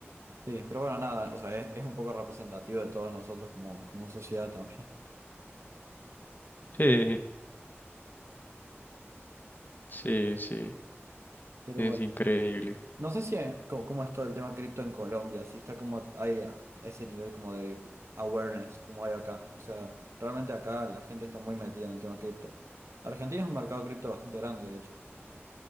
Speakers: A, on the right; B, on the left.
A: Sí, pero bueno, nada, o sea, es, es un poco representativo de todos nosotros como, como sociedad también.
B: Sí, sí, sí,
A: Pero
B: es
A: bueno,
B: increíble.
A: no sé si en- co- cómo es todo el tema cripto en Colombia, si está como hay a- ese nivel como de awareness como hay acá. O sea, realmente acá la gente está muy metida en el tema cripto. Argentina es un mercado cripto bastante grande, de hecho.